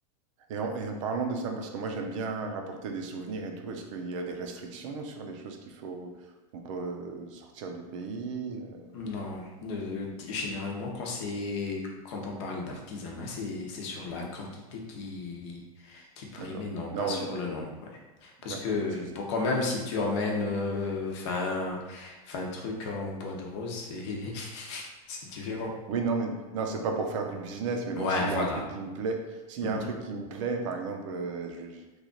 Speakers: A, on the right (about 60°); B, on the left (about 50°).
A: Et en, et en parlant de ça, parce que moi j'aime bien rapporter des souvenirs et tout, est-ce qu'il y a des restrictions sur les choses qu'il faut, qu'on peut sortir du pays? euh,
B: Non, euh, t- généralement quand c'est quand on parle d'artisanat, c'est c'est sur la quantité qui qui prime
A: D'accord.
B: et non pas
A: Non,
B: sur
A: oui,
B: le nombre. ouais. Parce
A: d'accord.
B: que
A: C'est- c'est-
B: pour quand même, si tu emmènes euh, 20, 20 trucs en bois de rose, c'est <laughs> c'est différent.
A: Oui, non, mais non, c'est pas pour faire du business, mais bon,
B: Ouais,
A: s'il y
B: voilà.
A: a un truc qui me plaît, s'il
B: Mhm.
A: y a un truc qui me plaît, par exemple, euh, je, je-